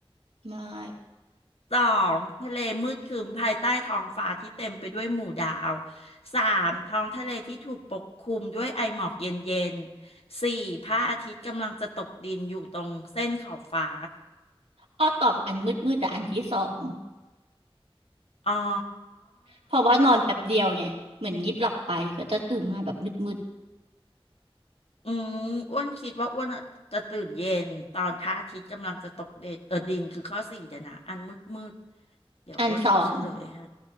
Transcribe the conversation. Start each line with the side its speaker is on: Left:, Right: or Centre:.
Right: ไม่
Left: สองทะเลมืดครึ้มภายใต้ท้องฟ้าที่เต็มไปด้วยหมู่ดาวสามท้องทะเลที่ถูกปกคลุมด้วยไอหมอกเย็นๆสี่พระอาทิตย์กำลังจะตกดินอยู่ตรงเส้นขอบฟ้า
Right: อ้อตอบอันมืดมืดแต่อันที่สอง
Left: อ๋อ
Right: เพราะว่านอนแป๊บเดียวไงเหมือนยิบหลับไปก็จะตื่นมาแบบมืดมืด
Left: อืมอ้วนคิดว่าอ้วนอะจะตื่นเย็นตอนพระอาทิตย์กำลังจะตกเดดเออดินคือข้อสี่เดี๋ยวนะอันมืดมืดเดี๋ยวอ้วนดูเฉลยให้
Right: อันสอง